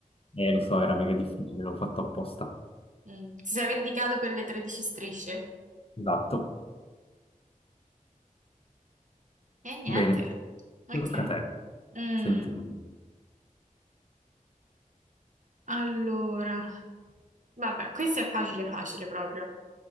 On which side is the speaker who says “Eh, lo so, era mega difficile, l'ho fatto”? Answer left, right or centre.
Left